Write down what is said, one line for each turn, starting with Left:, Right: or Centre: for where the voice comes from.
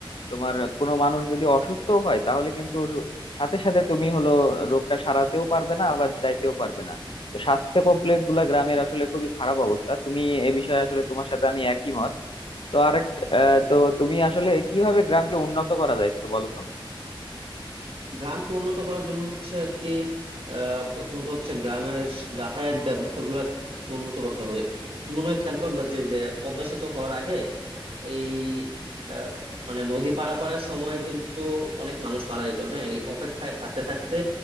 Left: তোমার কোনো মানুষ যদি অসুস্থ হয় তাহলে কিন্তু সু- সাথে সাথে তুমি হলো রোগটা সারাতেও পারবে না আবার যাইতেও পারবে না তো স্বাস্থ্য কমপ্লেক্স গুলা গ্রামের আসলে খুবই খারাপ অবস্থা তুমি এ বিষয়ে আসলে তোমার সাথে আমি একই মত তো আরেক আহ, তো তুমি আসলে কিভাবে গ্রামকে উন্নত করা যায় একটু বলো তো
Right: গ্রামকে উন্নত করার জন্য হচ্ছে আর কি আহ প্রথমত হচ্ছে গ্রামের যাতায়াত ব্যবস্থা গুলা উন্নত করতে হবে তুমি মনে হয় খেয়াল করবা যে যে পদ্মা সেতু হওয়ার আগে এই আহ, মানে নদী পারাপারের সময় কিন্তু অনেক মানুষ মারা যেত হ্যাঁ এই অপেক্ষায় থাকতে থাকতে